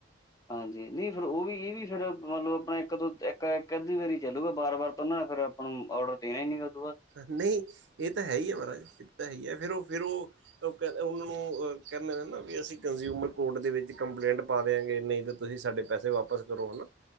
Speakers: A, on the left; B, on the right.
A: ਹਾਂਜੀ ਨਹੀਂ ਫਿਰ ਉਹ ਵੀ ਇਹ ਵੀ ਫਿਰ ਮਤਲਬ ਆਪਣਾ ਇੱਕ ਤੋਂ ਇੱਕ ਕ ਅਧੀ ਵਾਰੀ ਚੱਲੂਗਾ ਬਾਰ ਵਾਰ ਤਾਂ ਉਹਨਾਂ ਨੇ ਫਿਰ ਆਪਾਂ ਨੂੰ ਔਡਰ ਦੇਣਾ ਹੀ ਨੀ ਉਦੋਂ ਬਾਅਦ
B: ਨਹੀਂ ਇਹ ਤਾਂ ਹੈ ਹੀ ਹੈ ਮਹਾਰਾਜ ਇਹ ਤਾਂ ਹੈ ਹੀ ਹੈ ਫਿਰ ਉਹ ਫਿਰ ਉਹ, ਉਹ ਕਹ ਉਹਨਾਂ ਨੂੰ ਕਹਿੰਦੇ ਨੇ ਨਾ ਵੀ ਅਸੀਂ ਕੰਜ਼ਿਊਮਰ ਕੋਰਟ ਦੇ ਵਿੱਚ ਕੰਪਲੇਂਟ ਪਾ ਦਿਆਂਗੇ ਨਹੀਂ ਤੁਸੀਂ ਸਾਡੇ ਪੈਸੇ ਵਾਪਸ ਕਰੋ ਹੈ ਨਾ,